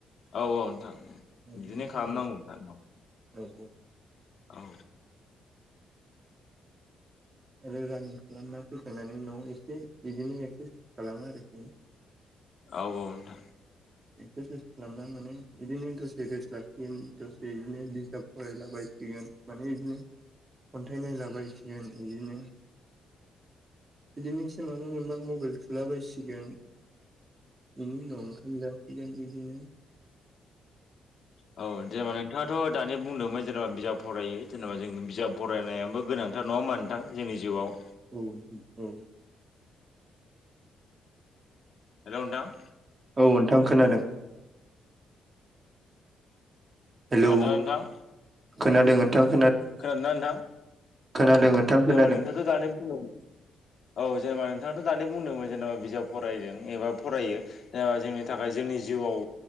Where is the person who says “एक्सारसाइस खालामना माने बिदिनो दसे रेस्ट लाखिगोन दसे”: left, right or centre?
Right